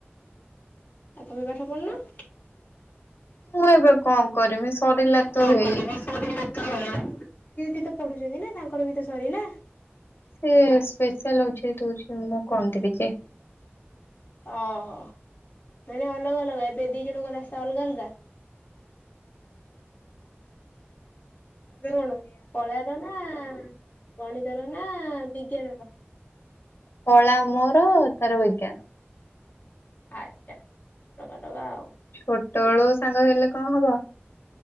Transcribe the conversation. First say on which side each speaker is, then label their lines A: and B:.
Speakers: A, on the left; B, on the left.
A: ଆଉ ତମେ ପାଠ ପଢ଼ୁନ?
B: ମୁଁ ଏବେ କଣ କରିମି ସରିଲା
A: କଣ
B: ତ ହେଇ।
A: କରିବି ସରିଲା ସିଏ ବି ତ ପଢୁଛନ୍ତି ନା ତାଙ୍କର ବି ତ ସରିଲା।
B: ସେ ସ୍ପେଶାଲ୍ ହୋଉଛି ଦୋଉଛି ମୁଁ କଣ ଦେବି କି?
A: ଓହୋ। ଫେରେ ଅଲଗା ଅଲଗା ଏବେ ଦି ଜଣଙ୍କ ରାସ୍ତା ଅଲଗା ଅଲଗା? ତମେ କଣ କଳାର ନା ଗଣିତର ନା ବିଜ୍ଞାନ ର?
B: କଳା ମୋର ତାର ବିଜ୍ଞାନ।
A: ଆଚ୍ଛା ଅଲଗା ଅଲଗା ଆଉ।
B: ଛୋଟବେଳୁ ସାଙ୍ଗ ହେଲେ କଣ ହବ